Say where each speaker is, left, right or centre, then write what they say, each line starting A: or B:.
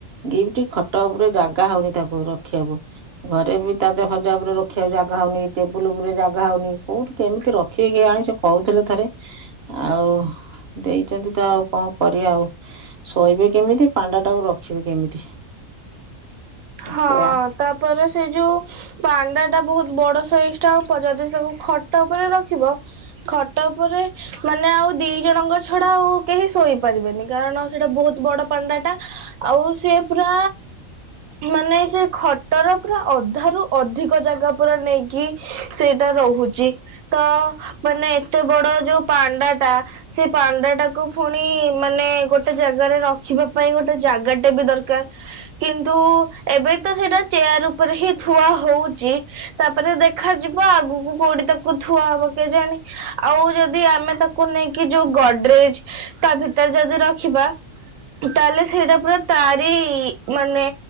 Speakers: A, on the right; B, on the right.
A: ଗିଫ୍ଟ ଖଟ ଉପରେ ଜାଗା ହଉନି ତାକୁ ରଖିଆକୁ। ଘରେ ବି ତାଜା ଫାଜା ଉପରେ ରଖିଆକୁ ଜାଗା ହଉନି ଟେବୁଲ ଉପରେ ଜାଗା ହଉନି କୋଉଠି କେମିତି ରଖିବେ କେୟାଣି ସେ କହୁଥିଲେ ଥରେ ଆଉ ଦେଇଛନ୍ତି ତ ଆଉ କଁ କରିଆ ଆଉ। ଶୋଇବେ କେମିତି ପାଣ୍ଡାଟାକୁ ରଖିବି କେମିତି।
B: ହଁ
A: ସେ
B: ତାପରେ ସେଇ ଯୋଉ ପାଣ୍ଡାଟା ବୋହୁତ ବଡ ସାଇଜଟା ଉପ ଯଦି ସବୁ ଖଟ ଉପରେ ରଖିବ ଖଟ ଉପରେ ମାନେ ଆଉ ଦି ଜଣଙ୍କ ଛଡା ଆଉ କେହି ଶୋଇପାରିବେନି କାରଣ ସେଇଟା ବୋହୁତ ବଡ ପାଣ୍ଡାଟା। ଆଉ ସେ ପୁରା ମାନେ ସେ ଖଟର ପୁରା ଅଧାରୁୁ ଅଧିକ ଜାଗା ପୁରା ନେଇକି। ସେଇଟା ରହୁଛି ତ ମାନେ ଏତେ ବଡ ଯୋଉ ପାଣ୍ଡା ଟା। ସେ ପାଣ୍ଡା ଟାକୁ ପୁଣି ମାନେ ଗୋଟେ ଜାଗାରେ ରଖିବା ପାଇଁ ଗୋଟେ ଜାଗାଟେ ବି ଦରକାର। କିନ୍ତୁ ଏବେ ତ ସେଇଟା ଚେୟାର ଉପରେ ହିଁ ଥୁଆ ହଉଛି। ତାପରେ ଦେଖାଯିବ ଆଗକୁ କୋଉଠି ତାକୁ ଥୁଆ ହବ କେଜାଣେ? ଆଉ ଯଦି ଆମେ ତାକୁ ନେଇକି ଯୋଉ ଗଡରେଜ ତା ଭିତରେ ଯଦି ରଖିବା। ତାହେଲେ ସେଇଟା ପୁରା ତାରି ମାନେ।